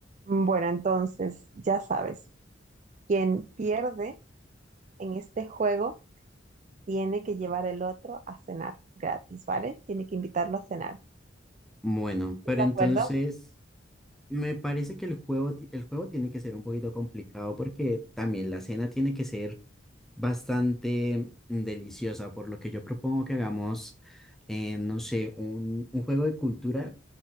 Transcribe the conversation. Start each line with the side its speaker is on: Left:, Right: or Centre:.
Right: Mm, Bueno, entonces, ya sabes, quien pierde en este juego tiene que llevar el otro a cenar gratis, ¿vale? Tiene que invitarlo a cenar.
Centre: Bueno,
Right: ¿Estás
Centre: pero
Right: de
Centre: entonces
Right: acuerdo?
Centre: me parece que el juego, ti- el juego tiene que ser un poquito complicado porque también la cena tiene que ser bastante deliciosa, por lo que yo propongo que hagamos, eh, no sé, un, un juego de cultura